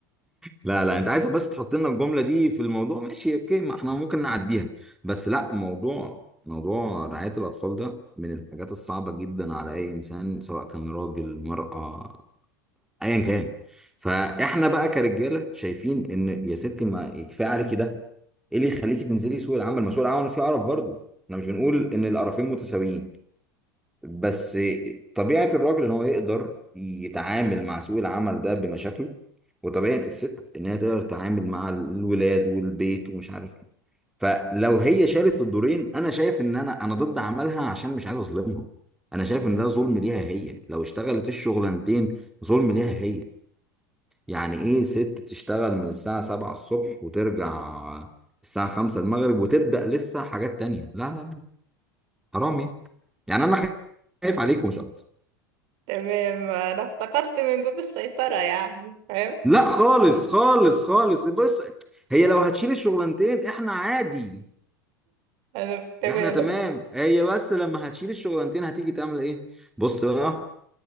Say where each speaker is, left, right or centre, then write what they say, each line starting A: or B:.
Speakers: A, in the centre; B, on the right.
A: لا لا انت عايزك بس تحط لنا الجمله دي في الموضوع ماشي اوكي ما احنا ممكن نعديها بس لا موضوع موضوع رعايه الاطفال ده من الحاجات الصعبه جدا على اي انسان سواء كان راجل مرأة ايا كان فاحنا بقى كرجاله شايفين ان يا ستي ما يكفي عليكي ده ايه اللي يخليكي تنزلي سوق العمل ما سوق العمل فيه قرف برضه احنا مش بنقول ان القرفين متساويين بس طبيعة الراجل ان هو يقدر يتعامل مع سوق العمل ده بمشاكله وطبيعة الست ان هي تقدر تتعامل مع الولاد والبيت ومش عارف ايه فلو هي شالت الدورين انا شايف ان انا انا ضد عملها عشان مش عايز اظلمهم انا شايف ان ده ظلم ليها هي لو اشتغلت الشغلانتين ظلم ليها هي يعني ايه ست تشتغل من الساعة 7 الصبح وترجع الساعة 5 المغرب وتبدأ لسه حاجات تانية لا لا لا، حرام يعني يعني انا خايف عليكم مش اكتر
B: تمام انا افتكرت من باب السيطرة يعني فاهم
A: لا خالص خالص خالص بص هي لو هتشيل الشغلانتين احنا عادي
B: انا تمام
A: احنا تمام هي بس لما هتشيل الشغلانتين هتيجي تعمل ايه بص بقى